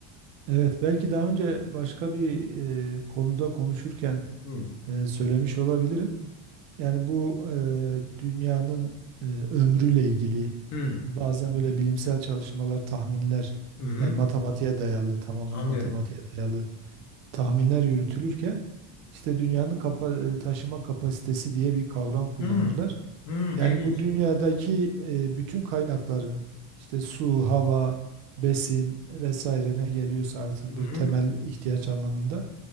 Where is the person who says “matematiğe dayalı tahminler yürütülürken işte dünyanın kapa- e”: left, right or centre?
Right